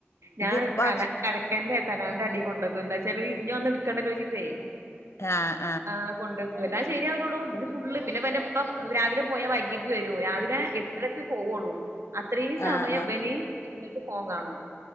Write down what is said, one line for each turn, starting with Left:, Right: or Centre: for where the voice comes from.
Right: ഞാൻ
Left: ഇത് ഭക്ഷ
Right: തല കടക്കാൻന്റെ തലാന്റെ അടി കൊണ്ടോും എന്താ വച്ചാല് ഇനി ഒന്ന് എടുക്കേണ്ടോചിച്ചിട്ടേ
Left: ആ
Right: ആ കൊണ്ടക്കും എല്ലാം ശരിയാവുലൊടോ പിന്നെ ഫുള് പിന്നെ പിന്നെ പ്പം രാവിലെ പോയാൽ വൈകിട്ട് വരൂ രാവിലെ എ രാക്ക് പൊവുള്ളൂ അത്രയും സമയം
Left: ആ ആ
Right: ഇവന് ഇരുന്നിട്ട് ഫോൺ കാണും